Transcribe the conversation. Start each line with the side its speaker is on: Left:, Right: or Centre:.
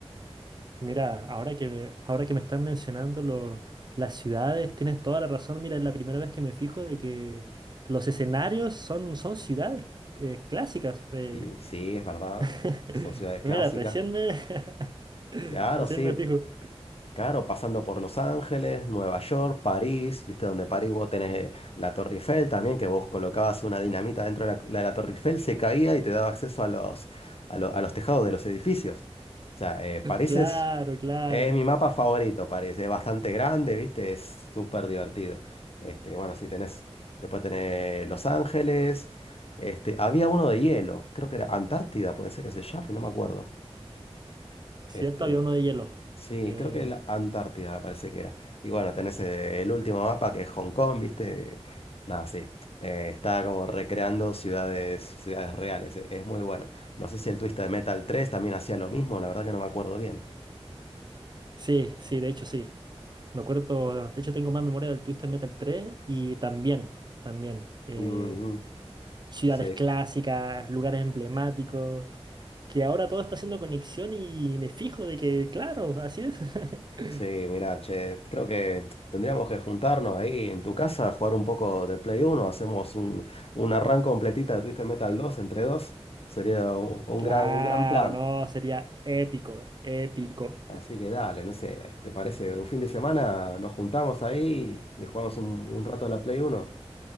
Right: Mira, ahora que me, ahora que me están mencionando lo- las ciudades, tienes toda la razón. Mira, es la primera vez que me fijo de que los escenarios son, son ciudades eh, clásicas. eh.
Left: y sí, es verdad,
Right: <laughs>
Left: son ciudades clásicas.
Right: Mira, recién me, <laughs>
Left: Claro,
Right: recién
Left: sí,
Right: me fijo.
Left: claro, pasando por Los Ángeles, Nueva York, París, viste donde París vos tenés eh, la Torre Eiffel también, que vos colocabas una dinamita dentro de la, la- la Torre Eiffel, se caía y te daba acceso a los, a lo- a los tejados de los edificios. O sea, eh, París
Right: Claro,
Left: es
Right: claro.
Left: Es mi mapa favorito, parece. Es bastante grande, ¿viste? Es súper divertido. Este, bueno, si tenés. Después tenés Los Ángeles. Este, había uno de hielo. Creo que era Antártida, puede ser que se llame, no me acuerdo.
Right: Cierto,
Left: Este,
Right: había uno de hielo.
Left: sí,
Right: Eh,
Left: creo que la Antártida me parece que era. Y bueno, tenés eh, el último mapa que es Hong Kong, ¿viste? Nada, sí. Eh, está como recreando ciudades, ciudades reales. e- Es, muy bueno. No sé si el Twisted Metal tres también hacía lo mismo, la verdad que no me acuerdo bien.
Right: sí, sí, de hecho sí. Me acuerdo, de hecho tengo más memoria del Twister Metal tres y también, también. eh,
Left: Ujú,
Right: ciudades
Left: sí.
Right: clásicas, lugares emblemáticos, que ahora todo está haciendo conexión y me fijo de que, claro, así es. <laughs>
Left: Sí, mira, che, creo que tendríamos que juntarnos ahí en tu casa, jugar un poco de Play Uno. hacemos un, una run completita de Twisted Metal 2 entre dos. Sería un, un
Right: Claro,
Left: gran, un gran plan.
Right: no, sería épico, épico.
Left: Así que dale, no sé, eh, ¿te parece? Un fin de semana nos juntamos ahí y jugamos un, un rato a la Play Uno.